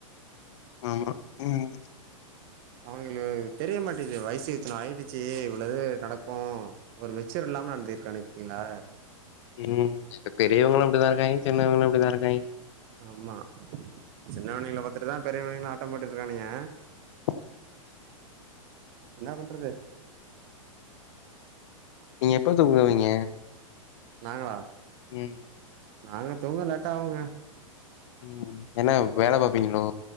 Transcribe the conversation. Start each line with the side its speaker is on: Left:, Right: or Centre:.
Left: ஆமா ம்
Right: அவனுகளுக்கு தெரிய மாட்டேன்து வயசு இத்தண ஆயிடுச்சு இவ்ளது நடக்கோ ஒரு மெச்சூர் இல்லாம நடந்திட்ருக்கானே இருத்தீங்களா
Left: ம் இப்ப பெரியவங்களும அப்பிடிதா இருக்காய்ங்க சின்னவங்கெளு அப்பிடித்தா இருக்காய்ங்க
Right: ஆமா சின்னவங்கெள பாத்துட்டுதா பெரியவணங்க ஆட்டம் போட்டுடு இருக்கானுய
Left: <inaudible>
Right: என்னா பண்றது
Left: நீங்க எப்ப தூங்குவீங்க
Right: நாங்களா
Left: ம்
Right: நாங்க தூங்க லேட்டா ஆவுங்க
Left: ம் என்ன வேல பாப்பீங்களோ